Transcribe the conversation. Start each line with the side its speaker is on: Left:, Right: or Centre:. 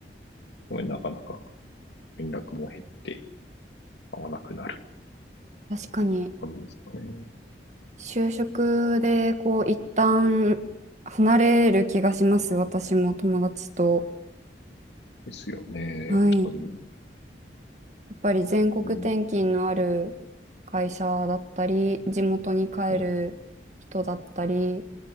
Left: なかなか連絡も減って会わなくなる
Right: 確かに、
Left: 感じですかね。
Right: 就職で、こう、一旦離れる気がします。私も友達と。
Left: ですよね。
Right: はい。
Left: 本当に。
Right: やっぱり全国転勤のある
Left: うん。
Right: 会社だったり、地元に帰る人だったり、
Left: ね